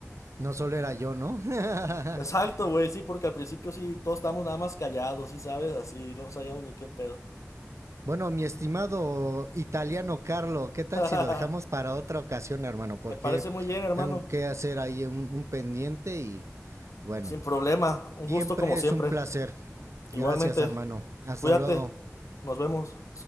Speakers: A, on the right; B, on the left.
A: No solo era yo, ¿no? <laughs>
B: Exacto, güey, sí, porque al principio sí, todos estábamos nada más callados, sí, sabes, así, no sabíamos ni qué pedo.
A: bueno, mi estimado italiano Carlo, ¿qué tal
B: <laughs>
A: si lo dejamos para otra ocasión, hermano? Porque
B: Me parece muy bien, hermano.
A: tengo que hacer ahí un, un pendiente y bueno,
B: Sin problema, un
A: siempre
B: gusto como siempre.
A: es un placer.
B: Igualmente,
A: Gracias, hermano. Hasta
B: cuídate,
A: luego.
B: nos vemos.